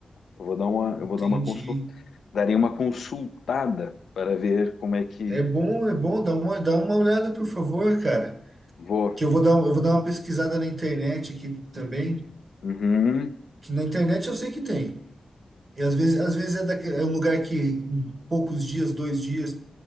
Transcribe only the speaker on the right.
Entendi.
É bom, é bom, dá uma, dá uma olhada, por favor, cara.
Que eu vou dar, um- eu vou dar uma pesquisada na internet aqui também.
Na internet eu sei que tem. E às vezes, às vezes é, daque- é um lugar que em poucos dias, dois dias,